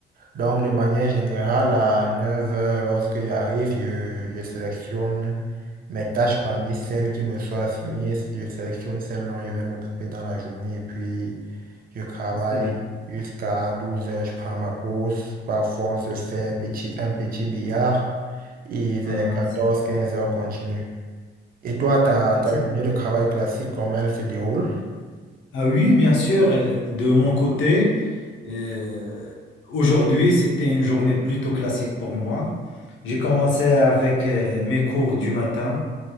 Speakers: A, on the right; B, on the left.
A: Donc, de manière générale, à 9 heures, lorsque j'arrive, je, je sélectionne mes tâches parmi celles qui me sont assignées. Je sélectionne celles dont je vais m'occuper dans la journée et puis je travaille
B: ah, c'est bien.
A: jusqu'à 12 heures. Je prends ma pause. Parfois, on se fait un petit, un petit billard et vers
B: Ah,
A: quatorze
B: c'est-
A: quinze heures continue. Et toi, ta,
B: ah,
A: ta
B: c'est-
A: journée de travail classique, comment elle se déroule?
B: ah oui, bien sûr, euh, de mon côté, euh, aujourd'hui, c'était une journée plutôt classique pour moi. J'ai commencé avec euh, mes cours du matin.